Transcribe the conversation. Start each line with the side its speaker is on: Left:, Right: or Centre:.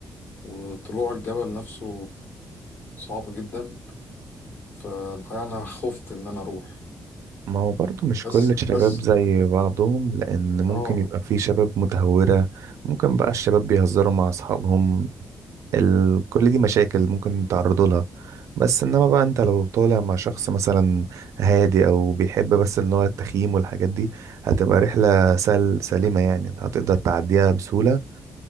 Left: وطلوع الجبل نفسه صعب جدا فالحقيقة انا خفت ان انا اروح
Right: ما هو برضو مش
Left: بس
Right: كل الشباب
Left: بس
Right: زي بعضهم لان ممكن
Left: اه
Right: يبقى في شباب متهورة ممكن بقى الشباب بيهزروا مع اصحابهم ال... كل دي مشاكل ممكن تعرضوا لها بس انما بقى انت لو طالع مع شخص مثلا هادي او بيحب بس ان هو التخييم والحاجات دي هتبقى رحلة سل... سليمة يعني هتقدر تعديها بسهولة